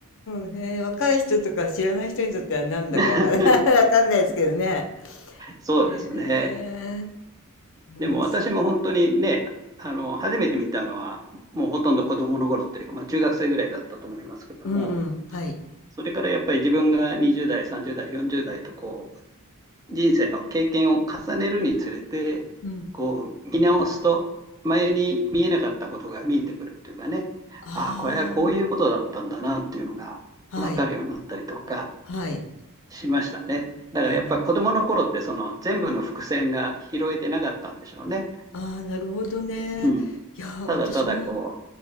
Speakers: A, on the left; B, on the right.
A: ん、へー若い人とか知らない人にとってはなんだかわからない、
B: <laughs>
A: <laughs> わかんないですけどね。
B: そうですね。
A: へえ、面もし
B: でも私も本当にね、あの、初めて見たのは、もうほとんど子供の頃っていうか、まあ中学生ぐらいだったと思いますけども、
A: うんうん、はい。
B: それからやっぱり自分が20代、30代、40代とこう、人生の経験を重ねるにつれて、
A: うん。
B: こう、見直すと、前に見えなかったことが見えてくるっていうかね、
A: あ
B: ああ、これはこういうことだったんだなっていうのが分かるようになったりとか、
A: あ、はい、はい。
B: しましたね。だからやっぱ子供の頃ってその全部の伏線が拾えてなかったんでしょうね。
A: あ、なるほど。ああ、なるほどね。
B: うん。
A: いやー、
B: ただただこ
A: 私も、